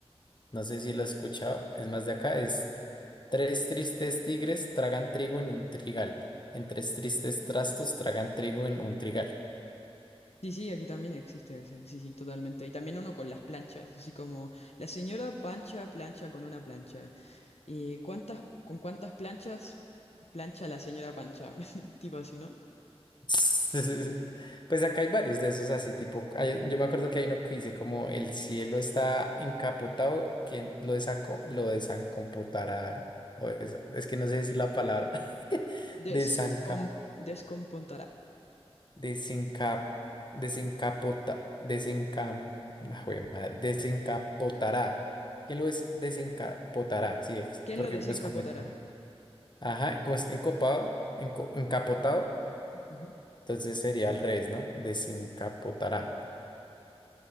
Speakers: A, on the left; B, on the left.
A: No sé si lo has escuchado, es más de acá, es tres tristes tigres tragan trigo en un trigal, en tres tristes trastos tragan trigo en un trigal.
B: Sí, sí, aquí también existe ese. Sí, sí, totalmente. Y también uno con las planchas, así como la señora Pancha plancha con una plancha. ¿Y cuántas, con cuántas planchas plancha la señora Pancha? <laughs> Tipo así, ¿no?
A: <laughs> Pues acá hay varios de esos así tipo, hay- yo me acuerdo que hay uno que dice como el cielo está encapotado, quien lo desaco, lo desancopotará, o es, es que no sé decir la palabra, <laughs>
B: Descom-
A: desanca.
B: descompontará.
A: Desencap, desencapota, desencam, ah, jue madre, desencapotará. ¿Quién lo es? Desencapotará, sí, ex-
B: ¿Quién
A: porque
B: lo desencapotará?
A: pues como está- ajá, como es encopado, enco- encapotado,
B: Ujú.
A: entonces sería al revés, ¿no? Desencapotará.